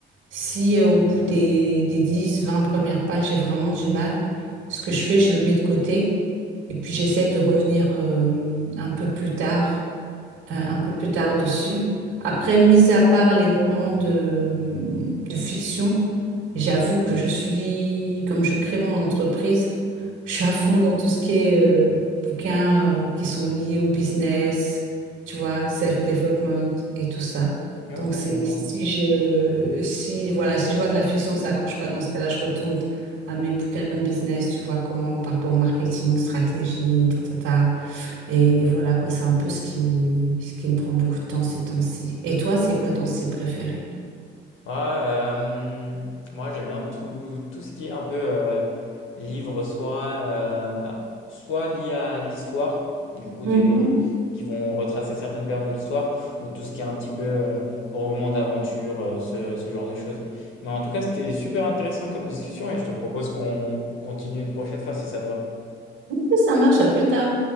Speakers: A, on the right; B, on the left.
A: Si, euh, au bout des, des 10, 20 premières pages, j'ai vraiment du mal, ce que je fais, je le mets de côté. Et puis, j'essaie de revenir, euh, un peu plus tard euh, un peu plus tard dessus. Après, mis à part les romans de, de fiction, j'avoue que je suis, comme je crée mon entreprise, je suis à fond dans tout ce qui est euh, bouquins euh, qui sont liés au business, tu vois, self-development et tout ça.
B: Ok,
A: Donc, c'est,
B: je vois.
A: si je, si, voilà, si je vois que la fiction, ça accroche pas, dans ce cas-là, je retourne à mes bouquins de business, tu vois, comment par rapport au marketing, stratégie, ta, ta, ta. Et voilà quoi, c'est un peu ce qui, ce qui me prend beaucoup de temps ces temps-ci. Et toi, c'est quoi ton style préféré?
B: Ouais, euh, moi j'aime bien tout, tout ce qui est un peu euh, livre, soit, euh, soit lié à l'histoire, du coup,
A: Mhm.
B: des, des- qui vont retracer certaines périodes de l'histoire, ou tout ce qui est un petit peu euh, roman d'aventure, euh, ce, ce genre de choses. Mais en tout cas, c'était super intéressant comme discussion et je te propose qu'on continue une prochaine fois si ça te va.
A: Ok, Ça marche, à plus tard.